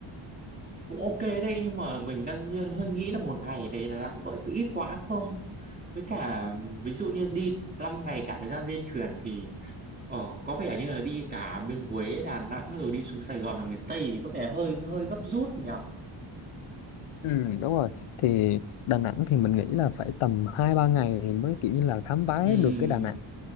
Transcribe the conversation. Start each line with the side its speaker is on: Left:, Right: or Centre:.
Right: cũng ok đấy nhưng mà mình đang hơi nghĩ là một ngày đấy là lãng gọi cứ ít quá không với cả ví dụ như đi 5 ngày cả thời gian di chuyển thì ờ, có vẻ như là đi cả bên Huế Đà Nẵng rồi đi xuống Sài Gòn là miền Tây thì có vẻ hơi hơi gấp rút nhỉ
Left: ừ, đúng rồi thì Đà Nẵng thì mình nghĩ là phải tầm hai ba ngày thì mới kiểu như là khám phá
Right: Ừm,
Left: hết được cái Đà Nẵng